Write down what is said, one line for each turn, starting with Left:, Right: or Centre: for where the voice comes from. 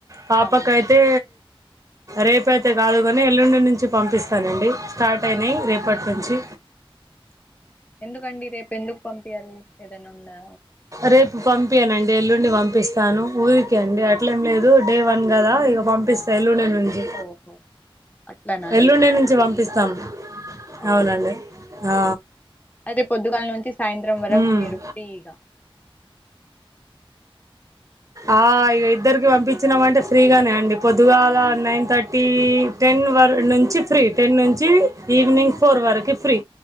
Right: పాపకైతే
Left: అవునా
Right: రేపైతే గాదు గాని ఎల్లుండి నుంచి పంపిస్తానండి స్టార్ట్ అయినయ్ రేపట్నుంచి
Left: అవును ఎందుకండి రేపు ఎందుకు పంపియరు ఏదైనా ఉందా
Right: రేపు పంపియనండి ఎల్లుండి వంపిస్తాను ఊరికి అండి అట్లేం లేదు డే వన్ గదా
Left: ఉమ్,
Right: ఇగ పంపిస్తా ఎల్లుండి నుంచి
Left: ఓహో అట్లానా అండి
Right: ఎల్లుండి నుంచి వంపిస్తాం
Left: అవునా
Right: అవునండి
Left: అండి
Right: ఆ
Left: అయితే పొద్దుగాల నుంచి సాయంత్రం వరకు
Right: ఉమ్
Left: మీరు ఫ్రీ ఇగ
Right: ఆ ఇగ ఇద్దరికి వంపించినమంటే ఫ్రీగానే అండి పొద్దుగాల నైన్ థట్టీ టె టెన్ వర్ నుంచి ఫ్రీ టెన్ నుంచి ఈవినింగ్ ఫోర్ వరకి ఫ్రీ